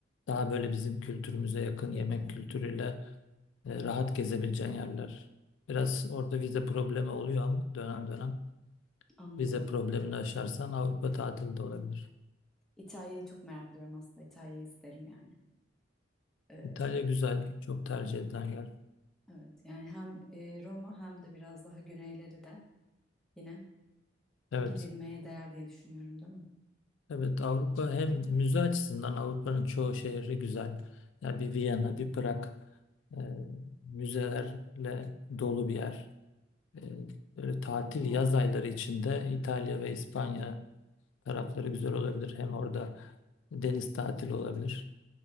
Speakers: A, on the left; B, in the centre.
A: daha böyle bizim kültürümüze yakın
B: Yakın.
A: yemek kültürüyle e, rahat gezebileceğin yerler. Biraz orada vize problemi oluyor ama dönem dönem
B: Anladım.
A: vize problemini aşarsan Avrupa tatili de olabilir.
B: İtalya'yı çok merak ediyorum aslında. İtalya'yı isterim yani. Ee,
A: İtalya güzel, çok tercih edilen yer.
B: evet yani hem e, Roma hem de biraz daha güneyleri de yine
A: Evet.
B: gidilmeye değer diye düşünüyorum değil mi?
A: Evet Avrupa hem müze açısından Avrupa'nın çoğu şehri güzel. Ya bir Viyana, bir Prag e, müzelerle dolu bir yer. E, böyle tatil
B: Muhakkak,
A: yaz ayları içinde İtalya ve İspanya tarafları güzel olabilir. Hem orada deniz tatili olabilir.